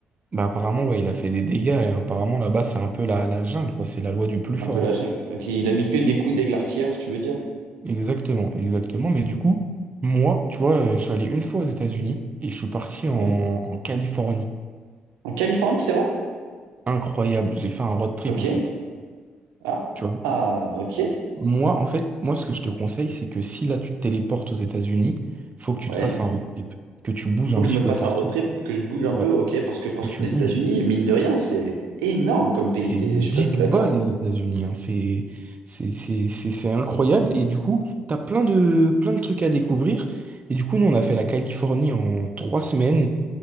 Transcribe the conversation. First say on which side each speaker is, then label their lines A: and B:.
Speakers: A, on the right; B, on the right.
A: Bah, apparemment, ouais, il a fait des dégâts et apparemment, là-bas, c'est un peu la, la jungle, quoi. C'est la loi du plus fort.
B: Un peu la
A: hein.
B: jungle. Ok, il a mis que des coups d'églartière, tu veux dire?
A: Exactement, exactement. Mais du coup, moi, tu vois, euh, je suis allé une fois aux États-Unis et je suis parti en,
B: Ouais.
A: en Californie.
B: En Californie, c'est vrai?
A: Incroyable. J'ai fait un road trip,
B: Ok.
A: en fait.
B: Ah,
A: Tu vois.
B: ah, ok.
A: Moi, en fait, moi, ce que je te conseille, c'est que si là, tu te téléportes aux États-Unis, faut que tu
B: Ouais.
A: te fasses un road trip. Que tu bouges
B: Faut
A: un
B: que
A: petit
B: je me
A: peu
B: fasse
A: partout.
B: un road trip, que je bouge un peu,
A: Ouais.
B: ok, parce que franchement,
A: Que tu
B: les
A: bouges.
B: États-Unis, mine de rien, c'est énorme comme pays.
A: Et
B: T'es-
A: dites
B: Je sais pas si t'es d'accord.
A: bas les États-Unis, hein. C'est c'est- c'est- c'est- c'est incroyable. Et du coup, t'as plein de, plein de trucs à découvrir. Et du coup, nous, on a fait la Californie en trois semaines.